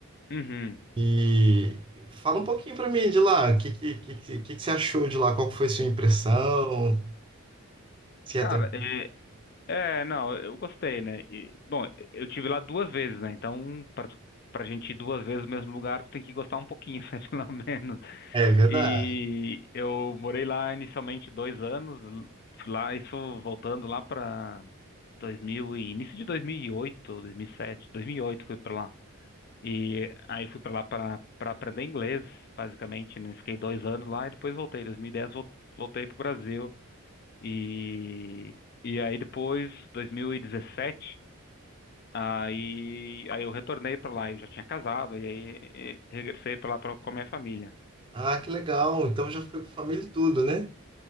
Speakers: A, on the left; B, on the right.
A: Uhum.
B: E fala um pouquinho pra mim de lá. O que, que, que, que, que você achou de lá? Qual que foi sua impressão? Se é
A: Cara,
B: tranquilo?
A: é, é, não, eu gostei, né? E, bom, eu tive lá duas vezes, né? Então, pra, pra gente ir duas vezes no mesmo lugar, tu tem que gostar um pouquinho, <laughs> né? Pelo menos.
B: É verdade.
A: E eu morei lá inicialmente dois anos, lá, isso voltando lá pra 2000 e início de 2008, 2007, 2008 fui para lá. E aí fui para lá para para aprender inglês, basicamente, né? Fiquei dois anos lá e depois voltei. Em 2010 vol- voltei para o Brasil e e aí depois 2017 aí aí eu retornei para lá. Eu já tinha casado e aí e- regressei para lá pra, com a minha família.
B: Ah, que legal. Então já foi com família e tudo, né?